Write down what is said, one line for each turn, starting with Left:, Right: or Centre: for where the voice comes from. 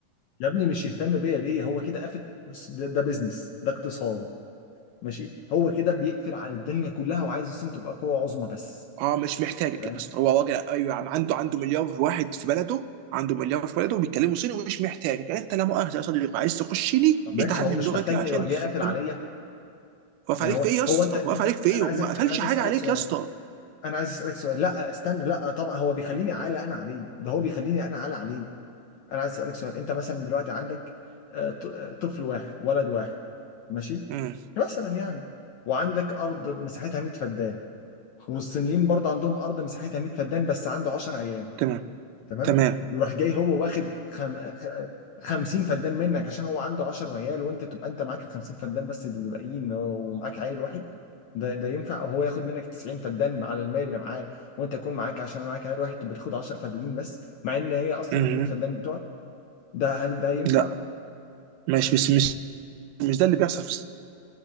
Left: يا ابني مش يهتم بيا ليه هو كده قافل بص ده, ده بيزنس ده اقتصاد ماشي هو كده بيقفل على الدنيا كلها وعايز الصين تبقى قوة عظمى بس
Right: اه مش محتاجك
Left: فاهم
Right: يا اسطى هو راجع ايوه عم عنده عنده مليار واحد في بلده عنده مليار في بلده وبيتكلموا صيني ومش محتاجك انت لا مؤاخذه يا صديقي عايز تخشني
Left: طب ماشي
Right: اتعلم
Left: هو مش
Right: لغتي
Left: محتاجني
Right: عشان
Left: يروح جاي قافل عليا
Right: انا واقف
Left: يعني
Right: عليك
Left: هو
Right: في ايه يا اسطى
Left: هو انت
Right: واقف
Left: انت
Right: عليك في ايه
Left: انا عايزك
Right: ما قفلش
Left: انا عايز
Right: حاجه
Left: اسالك
Right: عليك
Left: سؤال
Right: يا اسطى
Left: انا عايز اسالك سؤال لا استنى لا طبعا هو بيخليني اعلى انا عليه ده هو بيخليني انا اعلى عليه انا عايز اسالك سؤال انت مثلا دلوقتي عندك آه، ط- آه، طفل واحد ولد واحد ماشي
Right: امم
Left: مثلا يعني وعندك ارض مساحتها 100 فدان والصينيين برضه عندهم ارض مساحتها 100 فدان بس عنده 10 عيال
Right: تمام
Left: تمام
Right: تمام
Left: يروح جاي هو واخد خم... خ... 50 فدان منك عشان هو عنده 10 عيال وانت تبقى انت معاك ال 50 فدان بس اللي باقيين ومعاك عيل واحد ده ده ينفع او هو ياخد منك 90 فدان على المال اللي معاه وانت يكون معاك عشان معاك عيل واحد تبقى تاخد 10 فدانين بس مع ان هي اصلا
Right: امم
Left: ال 100 فدان بتوعك ده هل ده ينفع؟
Right: لا ماشي بس مش مش ده اللي بيحصل في